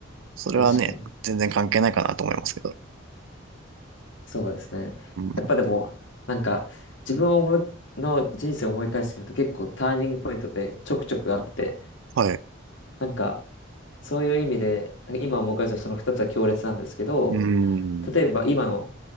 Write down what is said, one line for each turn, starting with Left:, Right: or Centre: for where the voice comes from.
Right: それはね、
Left: 確かに。
Right: 全然関係ないかなと思いますけど。
Left: そうですね。
Right: うん。
Left: やっぱでも、なんか、自分を思いの人生を思い返してみると結構ターニングポイントでちょくちょくあって、
Right: はい。
Left: なんか、そういう意味で、なんか今思い返すとその二つは強烈なんですけど、
Right: うん。
Left: 例えば今の、